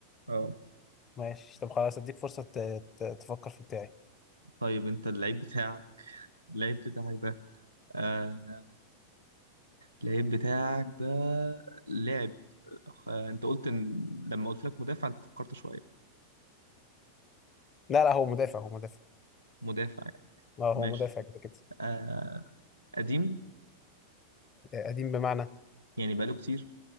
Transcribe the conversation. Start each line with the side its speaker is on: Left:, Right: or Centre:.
Right: اه
Left: ماشي طب خلاص اديك فرصة ت... ت... تفكر في بتاعي
Right: طيب انت اللعيب بتاعك اللعيب بتاعك ده آه... اللعيب بتاعك ده لعب آه... انت قلت ان لما قلت لك مدافع انت فكرت شوية
Left: لا لا هو مدافع هو مدافع
Right: مدافع يعني
Left: اه
Right: ماشي
Left: هو مدافع كده كده
Right: آه... قديم
Left: قديم بمعنى
Right: يعني بقاله كتير